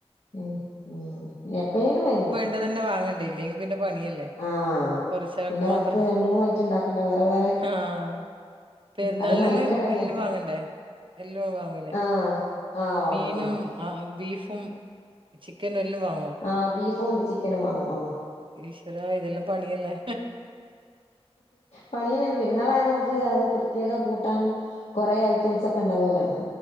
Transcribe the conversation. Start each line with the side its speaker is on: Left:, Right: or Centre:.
Left: ഉം ഉം എപ്പഴേലും വേങ്ങും
Right: <unintelligible> ലെങ്കിൽ പിന്നെ പണിയല്ലേ
Left: ആഹ്
Right: കൊറച്ചാൾക്ക്
Left: പിന്നെ
Right: മാത്രം
Left: പത്ത് രണ്ട് മൂന്ന് ഐറ്റം ഉണ്ടാക്കണ്ടേ വേറെ വേറെ
Right: ആഹ് പെരുന്നാളിനെല്ലാം
Left: അത് മെനക്കടല്ലേ
Right: എല്ലും വാങ്ങണ്ടേ എല്ലോ വാങ്ങുലെ
Left: ആഹ് ആഹ് വാങ്ങും
Right: മീനും
Left: വാങ്ങും
Right: ആ ബീഫും ക്കനും എല്ലോ വങ്ങോ
Left: ആഹ് ബീഫും ചിക്കനും വാങ്ങും ആഹ്
Right: ഈശ്വര ഇതെല്ലാം പണിയല്ലേ?
Left: പണി തന്നെയാണ് പെരുന്നാളായ നമുക്ക് അത് പ്രത്യേക കൂട്ടാനും കൊറെ ഐറ്റംസ് ഒക്കെ ഉണ്ടാവല്ലോ